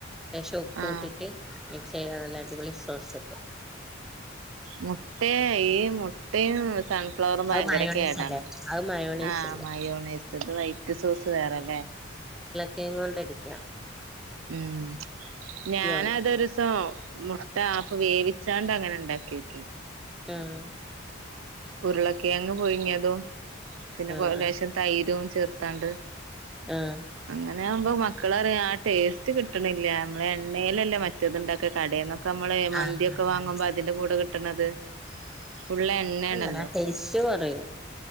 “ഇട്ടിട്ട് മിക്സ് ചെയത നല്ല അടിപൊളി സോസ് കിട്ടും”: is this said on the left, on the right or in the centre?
Centre